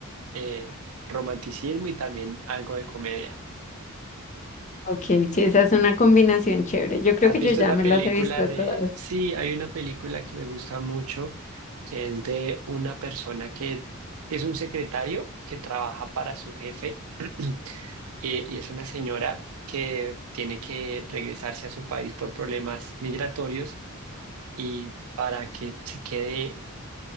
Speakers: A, on the right; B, on the left.
A: eh, romanticismo y también algo de comedia.
B: Ok, sí, esa es una combinación chévere. Yo creo
A: ¿Has
B: que
A: visto
B: yo ya
A: esa
B: me
A: película
B: las he visto
A: de...
B: todas.
A: Sí, hay una película que me gusta mucho, que es de una persona que es un secretario que trabaja para su jefe <clears throat> y, y es una señora que tiene que regresarse a su país por problemas migratorios y para que se quede